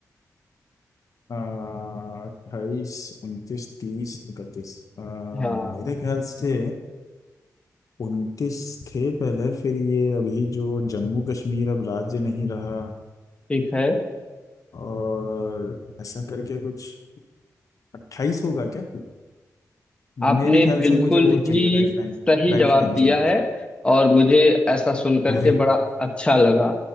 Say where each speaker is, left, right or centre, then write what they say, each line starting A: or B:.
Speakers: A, on the left (about 55°); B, on the left (about 15°).
A: अट्ठाईस उनतीस तीस इकतीस Ah,
B: हाँ
A: मेरे ख्याल से उनतीस थे पहले फिर ये अभी जो जम्मू कश्मीर अब राज्य नहीं रहा
B: ठीक है
A: और ऐसा करके कुछ अट्ठाईस होगा क्या मेरे
B: आपने
A: ख्याल
B: बिल्कुल
A: से मुझे वो चाहिए
B: ही
A: लाइफ लाइन
B: सही
A: लाइफ
B: जवाब
A: लाइन
B: दिया
A: चाहिए
B: है और मुझे ऐसा सुन करके
A: अरे वाह
B: बड़ा अच्छा लगा